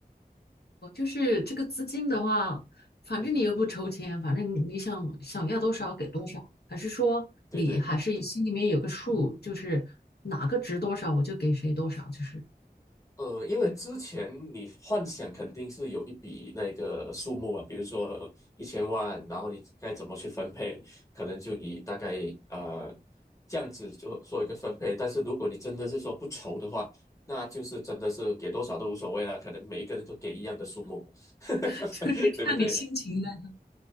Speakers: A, on the left (about 80°); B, on the left (about 20°).
A: 哦就是这个资金的话，反正你又不筹钱，
B: 嗯哼，
A: 反正你想想要多少给多少，还是说你还是心里面有个数，
B: 对对。
A: 就是哪个值多少我就给谁多少，就是
B: 呃，因为之前你幻想肯定是有一笔那个数目啊，比如说一千万，然后你该怎么去分配，可能就以大概呃这样子就做一个分配。但是如果你真的是说不愁的话，那就是真的是给多少都无所谓了，可能每一个人都给一样的数目，<laughs>
A: <laughs> 就是看你心情了。
B: 对不对？